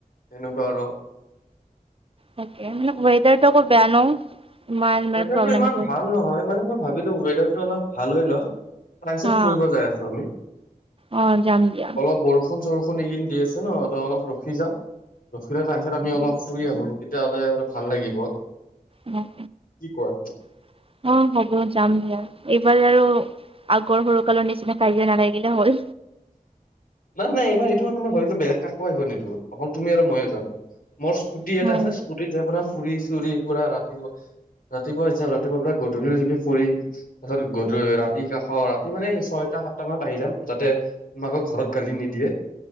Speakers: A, on the left; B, on the right.
A: এনেকুৱা আৰু।
B: তাকে <unintelligible> ৱেডাৰটো আক বেয়া ন? ইমান মানে
A: ৱেডাৰটো
B: প্ৰব্লেম
A: ইমান
B: এইটো
A: ভাল নহয়, মানে মই ভাবিলোঁ ৱেডাৰটো অলপ ভাল হৈ ল'ক। তাৰপিছত
B: হা
A: ফুৰিব যাই আছো আমি
B: অ যাম দিয়া
A: অলপ বৰষু বৰষুণ -চৰষুন এইকেইদিন দি আছে ন'ত' অলপ ৰখি যা। ৰখিহে তাৰ পিছত আমি অলপ ফুৰি আহো তেতিয়াহ'লে অলপ ভাল লাগিব।
B: অ', অ',
A: কি কোৱা?
B: <inaudible> অ, হ'ব যাম দিয়া এইবাৰ আৰু আগৰ সৰুকালৰ নিচিনা কাজিয়া নালাগিলে হ'ল।
A: নাই -নাই এইবাৰ সেইটো কাৰনে মই ভাবিলো বেলেগ কাকো আহিব নিদু অকল তুমি আৰু ময়ে যাম। মোৰ স্কুটি
B: হ'ল
A: এটা আছে স্কুটিত যাই পুৰা ফুৰি চুৰি পুৰা ৰাতি <unintelligible> ৰাতিপুৱাই যাম ৰাতিপুৱাৰ পৰা গধূলিলৈকে ফুৰিম। তাৰপিছত গধূ ৰাতি কাষত সেই মানে ছয়টা সাতটা মানত আহি যাম যাতে তোমাকো ঘৰত গালি নিদিয়ে।